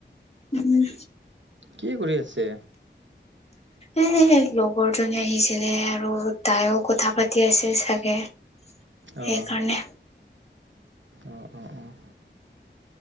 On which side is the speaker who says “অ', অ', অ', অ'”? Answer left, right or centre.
Right